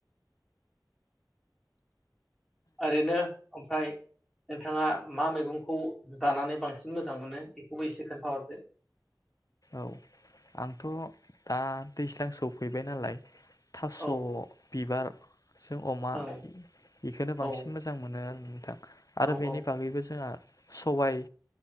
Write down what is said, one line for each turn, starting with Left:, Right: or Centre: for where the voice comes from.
Centre: ओरैनो ओमफाय नोंथाङा मा मैगंखौ जानानै बांसिन मोजां मोनो बेखौबो एसे खोन्थाहरदो
Left: औ आंथ' दा दैज्लां सौफैबाय नालाय। थास'
Centre: औ
Left: बिबार जों अमा
Centre: ओं
Left: बेखौ
Centre: औ
Left: बांसिन मोजां मोनो उम आरो
Centre: औ
Left: बेनि
Centre: औ
Left: बागैबो जोंहा सबाय